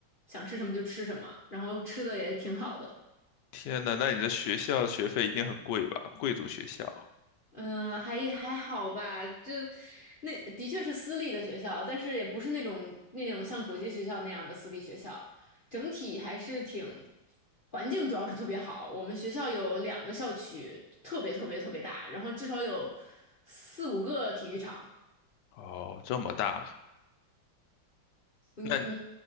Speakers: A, on the left; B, on the left.
A: 想吃什么就吃什么，然后吃的也挺好的。
B: 天呐，那你的学校学费一定很贵吧？贵族学校
A: 嗯，还也还好吧，就那的确是私立的学校，但是也不是那种那种像国际学校那样的私立学校，整体还是挺环境主要是特别好。我们学校有两个校区，特别特别特别大，然后至少有四五个体育场。
B: 哦，这么大，
A: 你你
B: 那